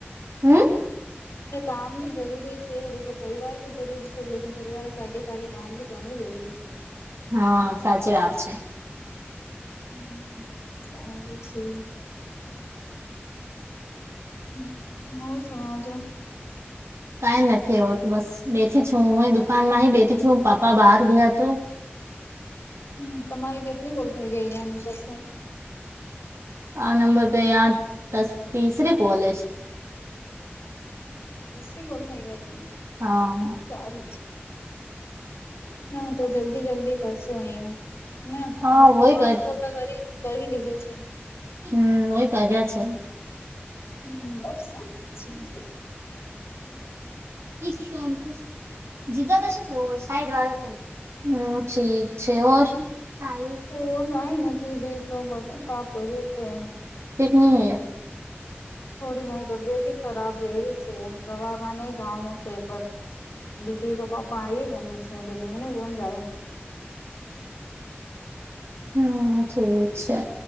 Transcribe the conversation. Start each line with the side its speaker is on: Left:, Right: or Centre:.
Right: હમ્મ?
Left: અરે કામ ભી જરૂરી છે દેખો પરિવાર ભી જરૂરી છે, લેકિન પરિવારગે સાગે સાગે કામ બી કોણે જરૂરી છે.
Right: હા સાચી વાત છે.
Left: હમ્મ સારું છે. હમ્મ ઓર સુણાવા જો.
Right: કઈ નથી આવ બસ બેથી છું હું એ દુકાન માં હે બેઠી છું, પાપા બાર ગયા તો
Left: હમ્મ તમારે કેટલી ગોલ થઈ ગઈ અં નંબર શું?
Right: આ નંબર પ યા દસ તીસરે કોલેજ.
Left: તીસરી કોલ થાય ગયા તી?
Right: હા.
Left: સારું છે ન તો જલ્દી જલ્દી કરશું અહીયા. ના
Right: હા
Left: આજ તો
Right: વહી
Left: પાંચ કોલતા કરી કરી લીજો છે.
Right: હમ્મ હું એ કર્યા છે.
Left: હમ્મ બર્ષા છે.
Right: ઈં જ તામ કૂષ. જીદા કશે સાઈડ વાળ તો હમ્મ ઠીક છે ઓ
Left: ઓ કઈ નથી દેખતો બર્તન સાફ ભર્યું છે.
Right: એકી ની હૈયા.
Left: થોડી ઘણી તબિયત ખરાબ વેલી છે દવાખાને જાણું છે પર દીકરી રો પાપા આઈએ ગોને છે પેલી એને કોણ જાવે.
Right: હમ્મ, ઠીક છે.